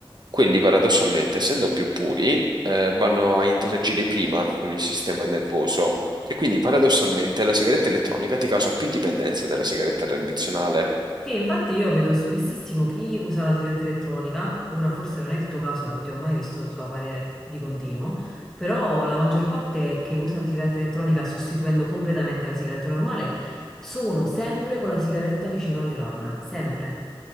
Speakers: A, on the right; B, in the centre.
A: quelli paradossalmente, essendo più puri, eh, vanno a interagire prima con il sistema nervoso e quindi paradossalmente la sigaretta elettronica ti causa più dipendenza della sigaretta tradizionale.
B: Sì, infatti io vedo spessissimo chi usa la sigaretta elettronica, ora forse non è il tuo caso, non ti ho mai visto svapare di continuo, però la maggior parte che usa la sigaretta elettronica sostituendo completamente la sigaretta normale sono sempre con la sigaretta vicino alle labbra, sempre.